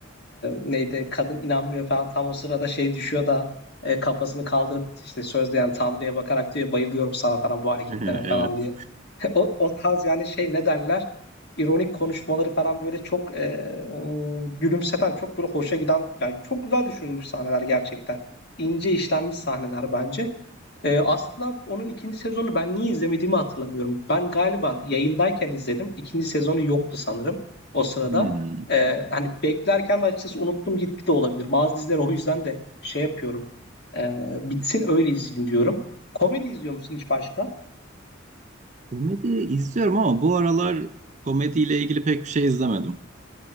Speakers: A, on the left (about 55°); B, on the right (about 35°).
A: neydi kadın inanmıyor falan tam o sırada şey düşüyor da e, kafasını kaldırıp işte sözde yani Tanrı'ya bakarak diyor bayılıyorum sana falan bu hareketlerine
B: <laughs>
A: falan diye.
B: Evet.
A: <laughs> O, o tarz yani şey ne derler ironik konuşmaları falan böyle çok e, gülümseten çok böyle hoşa giden yani çok güzel düşünülmüş sahneler gerçekten. İnce işlenmiş sahneler bence. Ee, aslında onun ikinci sezonu ben niye izlemediğimi hatırlamıyorum. Ben galiba yayındayken izledim. İkinci sezonu yoktu sanırım o sırada.
B: Hmm.
A: Ee, hani beklerken de açıkçası unuttum gitti de olabilir. Bazı diziler o yüzden de şey yapıyorum. Ee, bitsin öyle izleyeyim diyorum. Komedi izliyor musun hiç başka?
B: Komedi izliyorum ama bu aralar komediyle ilgili pek bir şey izlemedim.